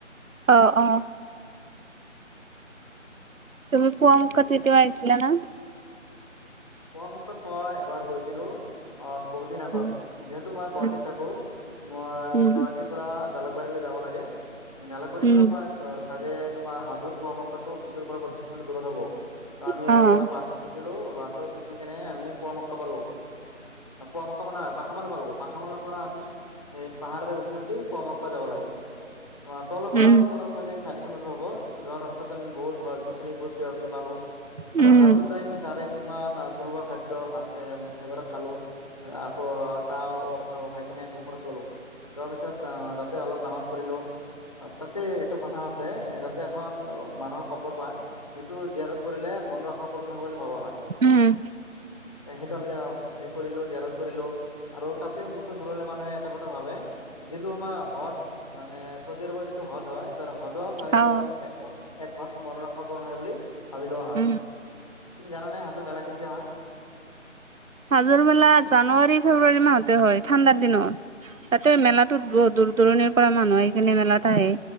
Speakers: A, on the right; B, on the left.
A: অ, অ, তুমি পুৱোৱা মুখত তেতিয়া আহিছিলা ন?
B: পোৱামককত মই এবাৰ গৈছিলো। অ', বহুত দিন আগত,
A: উম,
B: যিহেতু মই গুৱাহাটীত
A: উম,
B: থাকো, মই
A: উম,
B: গুৱাহাটীত পৰা জালুকবাৰীলৈ যাব লাগে, জালুকবাৰীৰ
A: উম,
B: পৰা মই ত, চাগে তোমাৰ হাজোৰ পোৱা, মুঠো বিশৰ পৰা পঁচিশ কিলোমিটাৰ দূৰত হ'ব, ত আমি
A: অ',
B: ইয়াৰ পৰা বাছত উঠিলো, বাছত উঠি, কেনে আমি পুৱা মক্কা পালো। ক, মানে, পাখমাৰা পালো, পাখমাৰাৰ পৰা আমি স, পাহাৰেৰে উঠি উঠি, পুৱা মক্কা যাব লাগে অ', তলৰ পৰা
A: উম,
B: ওপৰৰ চাগে চাৰি কিলোমিটাৰ হ'ব, যোৱা ৰাস্তাত আমি বহুত গছ-গছনি বহুত, কিবা-কিবি পালো,
A: উম,
B: আৰু হাজোত যাই আমি তাৰে কিছুমান থলুৱা খাদ্য হাতে, সেইবোৰ খালো আকৌ, চাহ অলপ খালো, খাই, কিনে আমি ওপৰত গ'লো যোৱা পিছত তাতে অলপ নামাজ পঢ়িলোঁ। তাতে এইটো কথা আছে এ তাতে এখন অ মানুহৰ কবৰ পায় যিটো জীয়াৰত কৰিলে মন সম্পূৰ্ণ হব বুলি ভবা হয়।
A: উম
B: সেইটো আমি সেই কৰিলো জীয়াৰত কৰিলো। আৰু তাতে মুছলিম ধৰ্মৰ মানুহে এটা কথা ভাবে দিলো আমাৰ হজ মানে চৌদি আৰবৰ যিটো হজ হয় ত হজৰ চাৰি
A: অ',
B: ভাগৰ এক ভাগ এক ভাগ মনৰ আশা পূৰ্ন হয় বুলি ভাবি লোৱা হয়।
A: উম।
B: তুমি জানে হাজোৰ মেলা কেতিয়া হয়?
A: হাজোৰ মেলা জানুৱাৰী, ফেব্ৰুৱাৰী মাহতে হয়, ঠাণ্ডাৰ দিনত। তাতে মেলাটোত বহুত দূৰ দূৰণিৰ পৰা মানুহ আহি কিনে মেলাত আহে